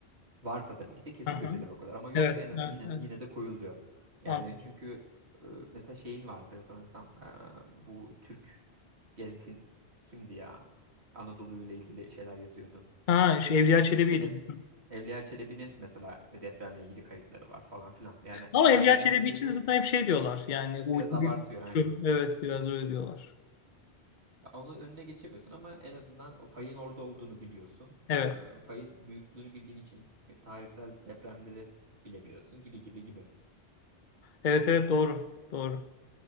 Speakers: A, on the right; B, on the left.
A: Varsa tabii ki de kesin
B: Hı hı.
A: gözüyle bakıyorlar ama yoksa
B: Evet,
A: en azından
B: evet,
A: yine
B: evet.
A: de, yine de koyuluyor. Yani
B: Anladım.
A: çünkü e, mesela şeyin vardı sanırsam e, bu Türk gezgin kimdi ya? Anadolu ile ilgili şeyler yazıyordu.
B: Ha, şu Evliya Çelebi'ydi.
A: Çelebi,
B: bizim.
A: Evliya Çelebi'nin mesela depremle ilgili kayıtları var falan filan. Yani
B: Ama
A: ama
B: Evliya
A: Evliya
B: Çelebi
A: Çelebi
B: için zaten hep şey diyorlar. Yani uydu
A: biraz abartıyor aynen.
B: şu. Evet, biraz öyle diyorlar.
A: Ya Onun önüne geçemiyorsun ama en azından o fayın orada olduğunu biliyorsun.
B: Evet.
A: E, fayın büyüklüğünü bildiğin için tarihsel depremleri bilebiliyorsun gibi gibi gibi.
B: Evet, evet doğru. Doğru.